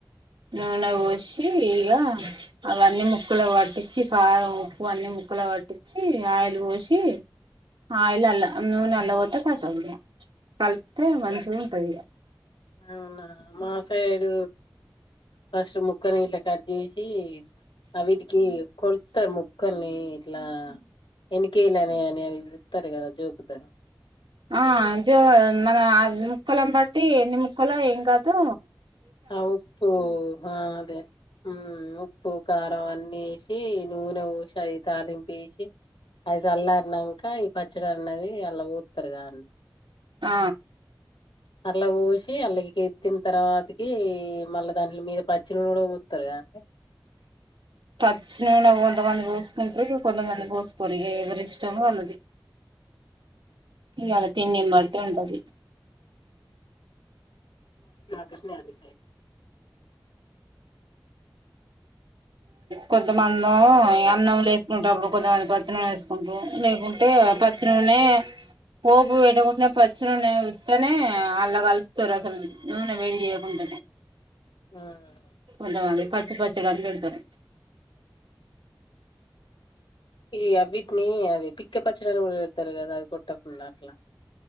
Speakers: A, on the right; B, on the left.
A: నూనె పోసి ఇగ అవన్నీ ముక్కులో కట్టిచ్చి కారం ఉప్పు అన్ని ముక్క అల వట్టిచి, ఆయిల్ పోసి ఆయిల్ ఆల్ నూనె అల్ల పొత్తే కతం కల్ప్ తే మంచిగ ఉంటదిగ
B: అవునా మా సైడు ఫస్ట్ ముక్కలు గిట్లా కట్ చేసి అవిటికి కొల్తార్రు ముక్కల్ని ఇట్లా ఎనకే ఇలానే అని అవినిపిత్తారు కదా జోకుతారు
A: ఆ జో మన ముక్కలం బట్టి ఎన్ని ముక్కలు ఏం కాదు
B: అప్పు అదే ఉప్పు కారం అన్ని ఏషి నూనె బోషి అయి తాలింపేసి అయి చల్లారనాంక ఈ పచ్చడి అన్నది అల్ల బోత్తరు గా
A: ఆ
B: అట్లా పోసి అల్ళకి ఎత్తిన తర్వాతకి మళ్ళీ దాంట్లో మీద పచ్చి నూనె గూడా పోత్తారు కాండి
A: పచ్చి నూనె కొంతమంది పోసుకుంటారు ఇ కొంతమంది పోసుకోరు ఇగ ఎవరిష్టం వాళ్ళది ఇయాళ తిండిని బట్టి ఉంటది
B: కృష్ణ అనుై
A: కొంతమందో అన్నం లేసుకుంటప్పుడు కొంతమంది పచ్చని వేసుకుంటారు లేకుంటే పచ్చినూనె పోపు వెట్టకుండా పచ్చ నూనె ఉత్తనే అళ్లా కలుపుతారు అసలు నూనె వేడి చేయకుండా
B: ఉమ్.
A: కొంతమంది పచ్చి పచ్చడని పెడతారు
B: ఈ అబిక్నీ అది పిక్క పచ్చడని ఇతారు కదా అవి కొట్టకుండా అట్లా